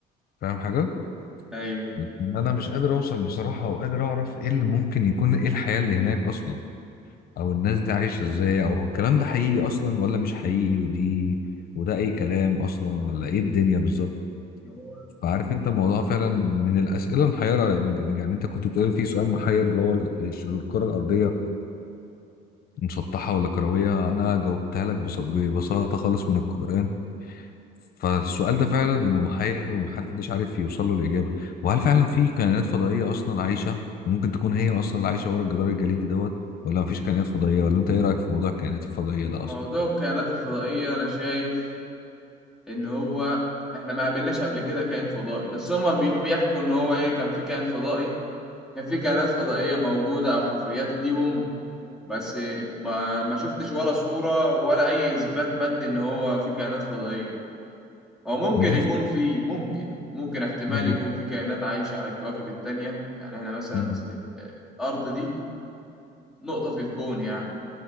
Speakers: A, on the left; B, in the centre.
A: فاهم حاجة؟
B: أيوه
A: لكن أنا مش قادر أوصل بصراحة أو قادر أعرف إيه اللي ممكن يكون إيه الحياة اللي هناك أصلا أو الناس دي عايشة إزاي أو الكلام ده حقيقي أصلا ولا مش حقيقي ودي وده أي كلام أصلا ولا إيه الدنيا بالظبط
B: هو
A: فعارف أنت الموضوع فعلا من الأسئلة المحيرة يعني أنت كنت بتقول في سؤال محير اللي هو ال- الكرة الأرضية مسطحة ولا كروية أنا جاوبتها لك بص- ببساطة خالص من القرآن فالسؤال ده فعلا اللي محير ومحدش عارف يوصل له الإجابة وهل فعلا في كائنات فضائية أصلا عايشة ممكن تكون هي أصلا اللي عايشة ورا الجدار الجليدي دوت ولا مفيش كائنات فضائية ولا أنت إيه رأيك في موضوع الكائنات الفضائية ده أصلا؟
B: موضوع الكائنات الفضائية أنا شايف إن هو إحنا ما قابلناش قبل كده كائن فضائي بس هما بي- بيحكوا إن هو إيه كان في كائن فضائي كان في كائنات فضائية موجودة أو حفريات ليهم بس ما ما شفتش ولا صورة ولا أي إثبات مادي إن هو في كائنات فضائية هو ممكن
A: ما هي
B: يكون
A: الف-
B: في ممكن ممكن احتمال
A: مم.
B: يكون في كائنات عايشة على الكواكب التانية يعني احنا مثلا
A: مم.
B: اصل ال- الارض دي نقطة في الكون يعني